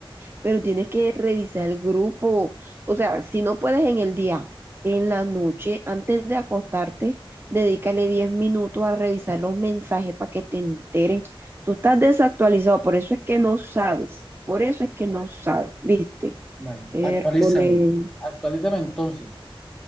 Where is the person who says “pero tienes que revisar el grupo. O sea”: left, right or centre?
Right